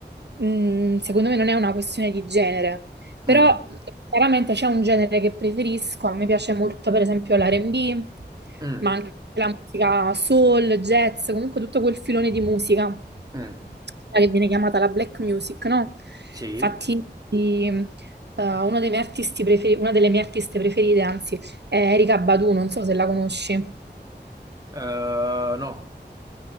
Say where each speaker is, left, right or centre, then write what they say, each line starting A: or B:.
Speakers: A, on the right (about 70°); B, on the right (about 20°).
A: mh, secondo me non è una questione di genere, però
B: Mm,
A: chiaramente c'è un genere che preferisco, a me piace molto per esempio l'R&B,
B: mm,
A: ma anche la musica soul, jazz, comunque tutto quel filone di musica
B: mm.
A: quella che viene chiamata la black music, no?
B: Sì,
A: Infatti eh, uno dei miei artisti preferi- una delle mie artiste preferite, anzi, è Erika Badu, non so se la conosci.
B: Eh, no.